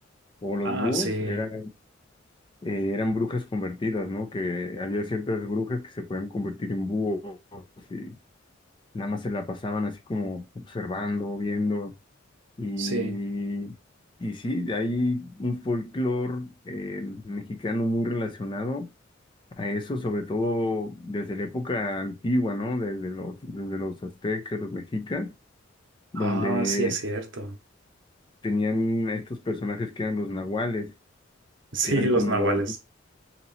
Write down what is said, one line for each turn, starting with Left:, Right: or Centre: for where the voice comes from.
Left: o los
Right: Ah,
Left: búhos,
Right: sí,
Left: eran, eh, eran brujas convertidas, ¿no? Que había ciertas brujas que se podían convertir en búhos y nada más se la pasaban así como observando, viendo Y,
Right: sí.
Left: y sí, hay un folclore eh, mexicano muy relacionado a eso, sobre todo desde la época antigua, ¿no? Desde los, desde los aztecas, los mexicas, donde
Right: Ah, sí, es cierto.
Left: tenían estos personajes que eran los nahuales,
Right: Sí,
Left: que eran
Right: los
Left: como
Right: nahuales